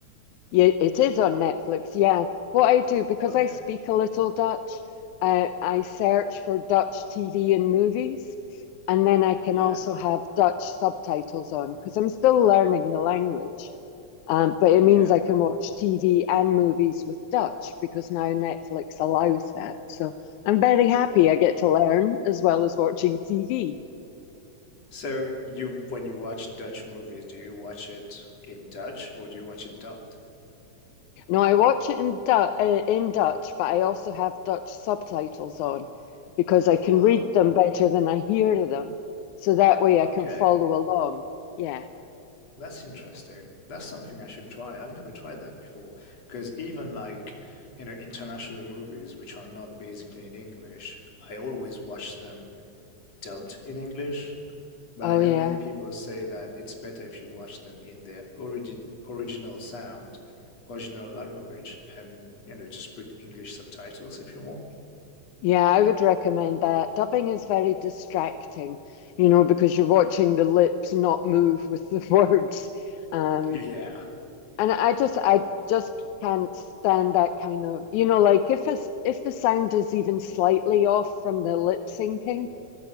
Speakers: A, on the left; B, on the left.
A: Yeah, it is on Netflix. Yeah. What I do, because
B: Okay.
A: I speak a little Dutch, uh, I search for Dutch TV and movies, and then I can
B: Yeah.
A: also have Dutch subtitles on because I'm still learning the language. Um, but it
B: Yeah.
A: means I can watch TV and movies with Dutch because now Netflix allows that. So I'm very happy
B: Wow.
A: I get to learn as well as watching TV.
B: So you when you watch Dutch movies, do you watch it in Dutch or do you watch it dubbed?
A: No, I watch it in, Du- uh, in Dutch, but I also have Dutch subtitles on because I can
B: Wow.
A: read them better than I hear them. So that way
B: Okay.
A: I can follow along. Yeah.
B: That's interesting. That's something I should try. I've never tried that before. Because even like, you know, international movies which are not basically in English, I always watch them dubbed in English, but
A: Oh,
B: I know
A: yeah.
B: many people say that it's better if you watch them in their origin original sound, original language, and you know just put English subtitles if you want.
A: Yeah, I would recommend that. Dubbing is very distracting, you know, because you're watching the lips not move with the <laughs> words. Um,
B: Yeah.
A: and I just, I just can't stand that kind of, you know, like if a, s- if the sound is even slightly off from the lip syncing,